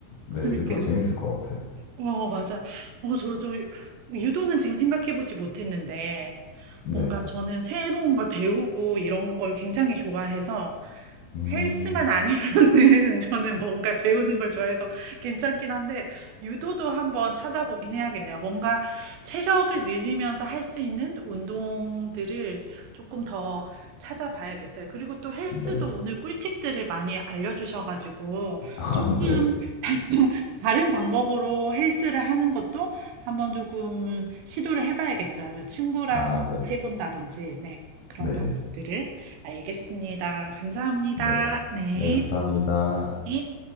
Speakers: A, on the left (about 85°); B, on the right (about 80°).
A: 네,
B: 재밌게.
A: 유도 재밌을 것 같아요.
B: 어, 맞아. 어, 저, 저, 유도는 지금 생각해보지 못했는데,
A: 네.
B: 뭔가 저는 새로운 걸 배우고 이런 걸 굉장히 좋아해서,
A: 음,
B: 헬스만 아니면은 <laughs> 저는 뭔가 배우는 걸 좋아해서 괜찮긴 한데, 유도도 한번 찾아보긴 해야겠네요. 뭔가 체력을 늘리면서 할 수 있는 운동들을 조금 더 찾아봐야겠어요. 그리고 또 헬스도
A: 네.
B: 오늘
A: <laughs>
B: 꿀팁들을 많이 알려주셔가지고,
A: 아,
B: 조금
A: 네.
B: <laughs> 다른 방법으로 헬스를 하는 것도 한번 조금 시도를 해봐야겠어요. 친구랑
A: 아, 네.
B: 해본다든지, 네, 그런
A: 네.
B: 방법들을 알겠습니다. 감사합니다.
A: 네.
B: 네.
A: 네, 감사합니다.
B: 네.